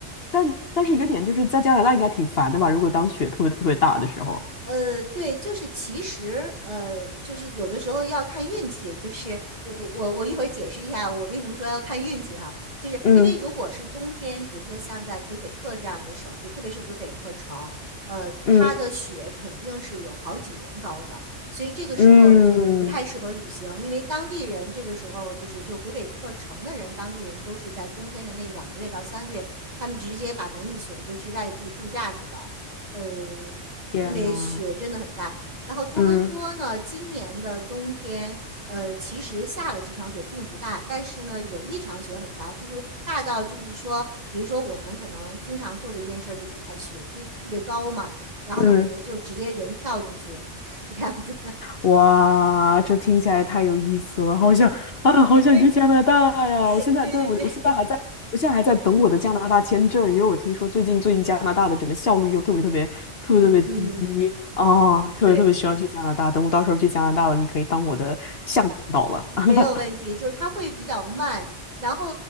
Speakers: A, on the left; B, on the right.
A: 但但是一个点就是在加拿大应该挺烦的吧？如果当雪特别特别大的时候，
B: 呃，对，就是其实，呃，就是有的时候要看运气。就是我我我我一会儿解释一下我为什么说要看运气哈，就是因为如果是冬天，
A: 嗯
B: 比如说像在魁北克这样的省，就特别是魁北克城，呃，
A: 嗯
B: 它的雪肯定是有好几人高的，所以这个时候就不太适合旅行，
A: 嗯
B: 因为当地人这个时候就是就魁北克城的人，当地人都是在冬天的那两个月到三个月，他们直接把门一锁就去外地度假去了。呃，
A: 天呐！
B: 因为雪真的很大。然后多伦多呢，
A: 嗯
B: 今年的冬天，呃，其实下了几场雪，并不大，但是呢，有一场雪很大，就是大到就是说，比如说我们可能经常做的一件事儿就是把雪堆特别高嘛，然后呢，
A: 嗯
B: 我们就直接人跳进去，<laughs> 这样子。
A: 哇，这听起来太有意思了，好想啊，
B: <laughs>
A: 好想去加拿大呀！我现在对我，
B: 对对对，
A: 我现在还在，我现在还在等我的加拿大签证，因为我听说最近最近加拿大的整个效率又特别特别特别特别低啊，
B: 嗯嗯嗯嗯嗯，嗯对。
A: 特别特别希望去加拿大。等我到时候去加拿大了，你可以当我的向导了。
B: 没有问题，
A: <laughs>
B: 就是它会比较慢。然后，